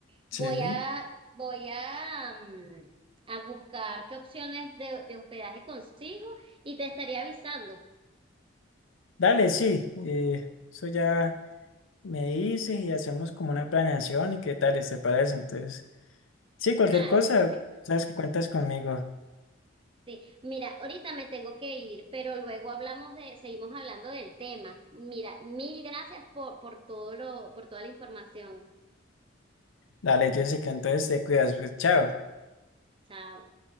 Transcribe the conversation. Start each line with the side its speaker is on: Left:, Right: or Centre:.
Left: Sí.
Right: Voy a, voy a, mm, a buscar qué opciones de, de hospedaje consigo y te estaré avisando.
Left: Dale, sí, eh, eso ya me dices y hacemos como una planeación y qué tal, ¿te parece? Entonces, sí, cualquier
Right: Vale,
Left: cosa,
Right: perfecto.
Left: sabes que cuentas conmigo.
Right: Sí, mira, ahorita me tengo que ir, pero luego hablamos de, seguimos hablando del tema. Mira, mil gracias por, por todo lo, por toda la información.
Left: Dale, Jessica, entonces te cuidas, pues chao.
Right: Chao.